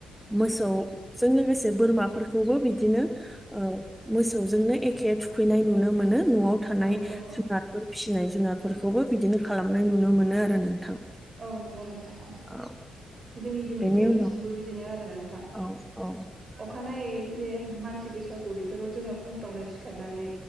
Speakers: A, in the centre; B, on the right (about 35°).
A: मोसौ जों लोगोसे बोरमाफोरखौबो बिदिनो ओ मोसौजोंनो एखे थुखैनाय नुनो मोनो न'आव थानाय
B: औ औ
A: जुनारफोर फिसिनाय जुनारफोरखौबो बिदिनो खालामनाय नुनो मोनो आरो नोंथां।
B: औ नंगौ नोंथां औव
A: औ
B: जोंनि दिन
A: बेनि
B: जोंनिथिंबो
A: उनाव
B: बिदिनो आरोना
A: औ औ
B: अखानायै जे मानसि बैसागु बेफोराव जोंङो फुंफ्रावनो सिखारनानै